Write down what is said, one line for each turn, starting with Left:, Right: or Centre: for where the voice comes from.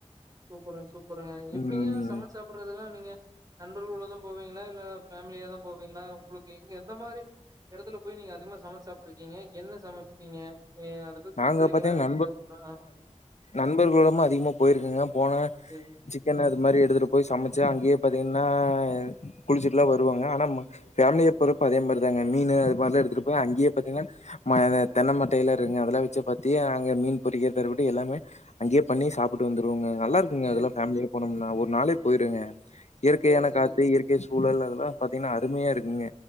Right: சூப்பருங்க சூப்பருங்க எப்படிங்க
Left: ம்.
Right: சமச்சு சாப்பிட்றதெல்லாம் நீங்க நண்பர்கள் உலகம் போவீங்களா இல்ல ஃபேமிலியாதா போவீங்களா உங்களுக்கு எங்க எந்த மாதிரி இடத்துல போய் நீங்க அதிகமா சமைச்சு சாப்பிட்டு இருக்கீங்க என்ன சமைப்பீங்க எ அத பத்தி
Left: நாங்க
Right: சொல்லுவீங்களா?
Left: பாத்தின்னா
Right: அத பத்தி தெரிஞ்சுக்கலாம். ஆ
Left: நண்பர்களோடமும் அதிகமா போயிருக்கீங்க போன
Right: சரிங்க.
Left: சிக்கன் அது மாதிரி எடுத்துட்டு போய் சமைச்சி அங்கேயே பாத்தீங்கன்னா குளிச்சிட்டுலா வருவேக ஆனா ஃபேமிலிய பொருத்து அதே மாதிரி தாங்க மீனு அந்த மாதிரி எடுத்துட்டு போய் அங்கே பாத்தீங்கன்னா தென்ன மட்டை எல்லா இருக்கு அதெல்லாம் வச்ச பத்தியே அங்க மீன் பொறிக்கிறத விட்டு எல்லாமே அங்கயே பண்ணி சாப்பிட்டு வந்துருவோங்க நல்லாருக்குங்க
Right: சரி,
Left: அதெல்லா பேமிலியோட
Right: சரி.
Left: போனம்னா நாளே போயிருங்க இயற்கையான
Right: சரி, சரிங்க.
Left: காத்து இயற்கை சூழல் பாத்தீங்கன்னா அருமையா இருக்குங்க